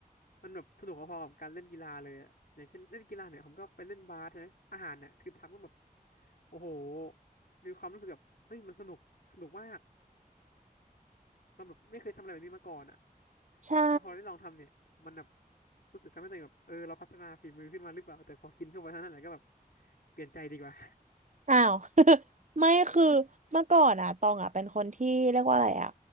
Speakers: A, on the left; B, on the right.
A: มันแบบสนุกพอๆกับการเล่นกีฬาเลยอะอย่างเช่นเล่นกีฬาเนี่ยผมก็ไปเล่นบาสใช่ไหมอาหารเนี่ยคือทำก็แบบโอ้โหมีความรู้สึกแบบเฮ้ยมันสนุกสนุกมากเราแบบไม่เคยทำอะไรแบบนี้มาก่อนอ่ะ
B: ใช่
A: แล้วพอได้ลองทำเนี่ยมันแบบรู้สึกทำให้ตัวเองแบบเออเราพัฒนาฝีมือขึ้นมาหรือเปล่าแต่พอกินเข้าไปเท่านั้นแหละก็แบบเปลี่ยนใจดีกว่า
B: อ้าว <laughs> ไม่คือเมื่อก่อนอะตองอะเป็นคนที่เรียกว่าอะไรอะ